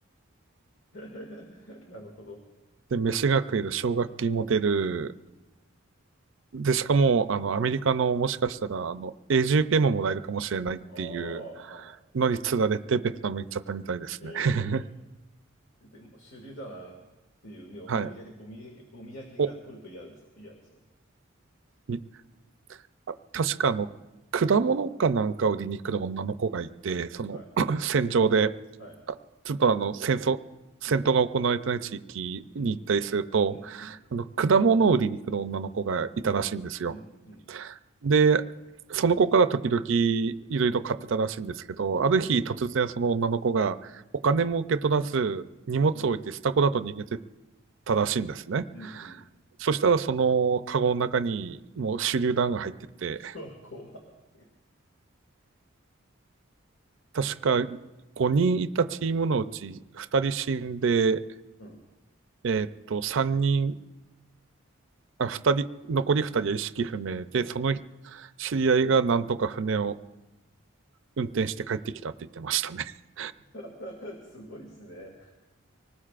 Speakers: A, on the left; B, on the right.
A: <laughs> なるほど。
B: で、飯が食える、奨学金も出る。で、しかも、あの、アメリカのもしかしたら、あの、永住権ももらえるかもしれないっていう
A: ああ、はい。
B: のに釣られて、ベトナム行っちゃったみたいですね。
A: え
B: <laughs>
A: え。でも、手榴弾っていうね、お土産が、
B: はい。
A: お土産、お土産が来ると嫌です。
B: お、
A: 嫌ですよね。
B: みあ確かあの、果物かなんかを売りに来る女の子がいて、その
A: はい、
B: <clears throat>
A: はい、
B: <laughs> 戦場で、
A: はい。
B: あちょっとあの、戦争、戦闘が行われてない地域に行ったりすると、
A: うん、うん、うん、うん、うん、
B: あの、果物を売りに来る女の子がいたらしいんですよ。
A: うん、うん、
B: で、その子から時々いろいろ買ってたらしいんですけど、
A: うん、うん、
B: ある日突然その女の子がお金も受け取らず、
A: うん、
B: 荷物を置いてスタコだと逃げて
A: うん、
B: たらしいんですね。
A: うん、うん、
B: そしたらそのカゴの中にもう手榴弾が入ってて、
A: うん。うわ、怖っ。
B: 確か5人いたチームのうち2人死んで、
A: うん。
B: えっと、3人、あ、2人、残り2人は意識不明で、その知り合いがなんとか船を運転して帰ってきたって言ってましたね。<laughs>
A: <laughs> すごいですね。